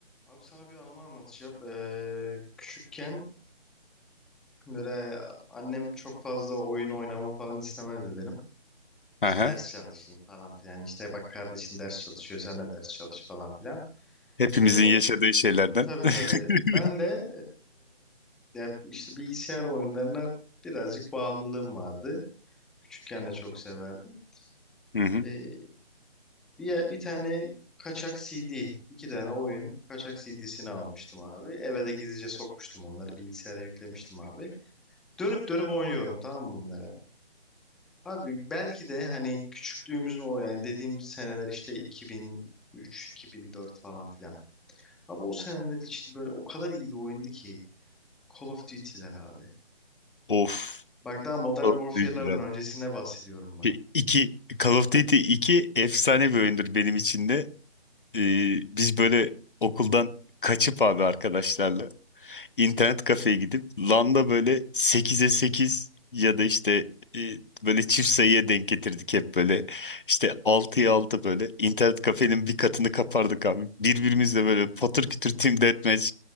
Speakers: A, in the centre; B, on the left.
A: Abi sana bir anımı anlatacağım. Ee, küçükken böyle annem çok fazla oyun oynamamı falan istemezdi benim.
B: Aha.
A: İşte ders çalışayım falan filan. İşte bak kardeşin ders çalışıyor sen de ders çalış falan filan.
B: Hepimizin
A: Ee,
B: yaşadığı şeylerden.
A: tabii
B: <laughs>
A: tabii. Ben de ee, ya işte bilgisayar oyunlarına birazcık bağımlılığım vardı. Küçükken de çok severdim.
B: Hı hı.
A: Ee, bir, bir tane kaçak CD, iki tane oyun kaçak CD'sini almıştım abi. Eve de gizlice sokmuştum onları bilgisayara yüklemiştim abi. Dönüp dönüp oynuyorum tamam mı bunları? Abi belki de hani küçüklüğümüzün o yani dediğim seneler işte 2003, 2004 falan filan. Abi o seneler için böyle o kadar iyi bir oyundu ki Call of Duty'ler abi.
B: Of.
A: Bak daha Modern
B: Call of
A: Warfare'lardan
B: Duty'ler.
A: öncesine bahsediyorum bak.
B: E, İki, Call of Duty 2 efsane bir oyundur benim için de. Ee, biz böyle okuldan kaçıp abi arkadaşlarla internet kafeye gidip LAN'da böyle 8'e 8 ya da işte e, böyle çift sayıya denk getirdik hep böyle. İşte 6'ya 6 böyle internet kafenin bir katını kapardık abi. Birbirimizle böyle patır kütür team deathmatch